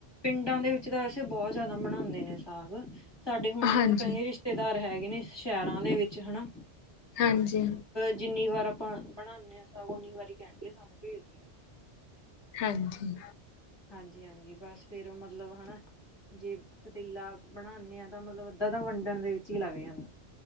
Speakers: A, on the left; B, on the left.
A: ਪਿੰਡਾਂ ਦੇ ਵਿੱਚ ਤਾਂ ਵੈਸੇ ਬਹੁਤ ਜ਼ਿਆਦਾ ਬਨਾਦੇ ਨੇ ਸਾਗ ਸਾਡੇ ਹੁਣ ਜਿਵੇਂ
B: ਹਾਂਜੀ
A: ਕਈ ਰਿਸ਼ਤੇਦਾਰ ਹੈਗੇ ਨੇ ਸ਼ਹਿਰਾਂ ਦੇ ਵਿੱਚ ਹੈਨਾ।
B: ਹਾਂਜੀ।
A: ਜਿੰਨੀ ਵਾਰ ਆਪਾਂ ਬਣਾਨੇ ਆ, ਉਨੀ ਵਾਰੀ ਕਹਿਣਗੇ ਸਾਨੂੰ ਭੇਜ ਦਿਓ।
B: ਹਾਂਜੀ।
A: ਹਾਂਜੀ-ਹਾਂਜੀ ਬਸ ਫੇਰ ਮਤਲਬ ਹੈਨਾ, ਜੇ ਪਤੀਲਾ ਬਣਾਨੇ ਆਂ ਤਾਂ ਮਤਲਬ ਅੱਧਾਂ ਤਾਂ ਵੰਡਣ ਦੇ ਵਿੱਚ ਹੀ ਲੱਗ ਜਾਂਦਾ।